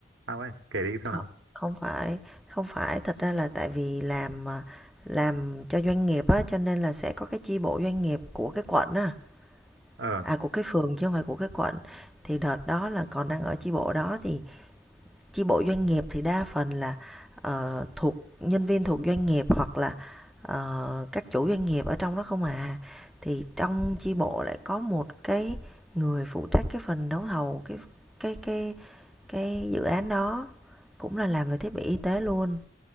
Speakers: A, on the right; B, in the centre.
A: sao ấy kể đi xem
B: Không,
A: nào
B: không phải, không phải thật ra là tại vì làm mà- làm cho doanh nghiệp á cho nên là sẽ có cái chi bộ doanh nghiệp của cái quận á,
A: ờ
B: à của cái phường chứ không phải của cái quận. Thì đợt đó là còn đang ở chi bộ đó thì chi bộ doanh nghiệp thì đa phần là ờ, thuộc nhân viên thuộc doanh nghiệp hoặc là ờ, các chủ doanh nghiệp ở trong đó không à thì trong chi bộ lại có một cái người phụ trách cái phần đấu thầu cái cái cái cái dự án đó cũng là làm về thiết bị y tế luôn